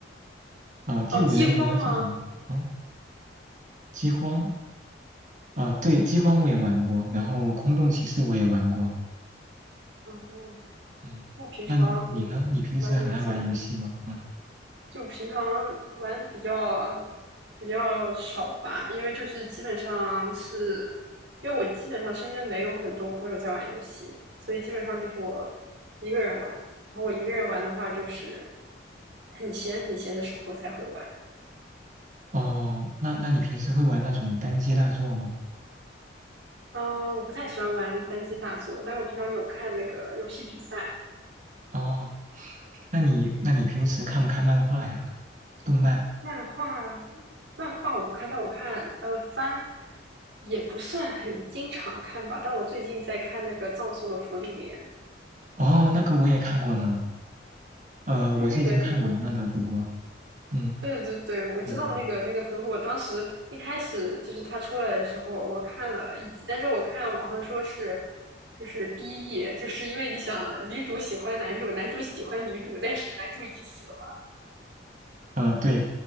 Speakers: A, on the right; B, on the right.
A: 呃，第五人格这种，
B: 哦，《饥荒》吗？
A: 嗯，饥荒。啊，对，饥荒我也玩过，然后空洞骑士我也玩过。
B: 啊哦，
A: 嗯，
B: 我平常嗯玩的游戏
A: 那你呢？你平时很爱玩游戏吗？嗯，
B: 就平常玩比较比较少吧，因为就是基本上是，因为我基本上身边没有很多朋友在玩游戏，所以基本上就是我一个人玩。然后我一个人玩的话，就是很闲很闲的时候才会玩
A: 哦，那那你平时会玩那种单机大作吗？
B: 啊。我不太喜欢玩单机大作，但我平常有看那个游戏比赛、
A: 哦，那你那你平时看不看漫画呀？动漫？
B: 漫画，漫画我不看，但我看呃番。也不算很经常看吧，但我最近在看那个《葬送的芙莉莲》，
A: 哦，那个我也看过呢。呃，
B: 对，
A: 我是已经看完了的，
B: 那个那个，
A: 不过，嗯，
B: 对对对，我知道那个那个回复。
A: 对对对，
B: 我当时一开始就是他出来的时候，我看了一集，但是我看网上说是就是 BE，就是因为你想女主喜欢男主，男主喜欢女主，但是男主已经死了，
A: 呃，对，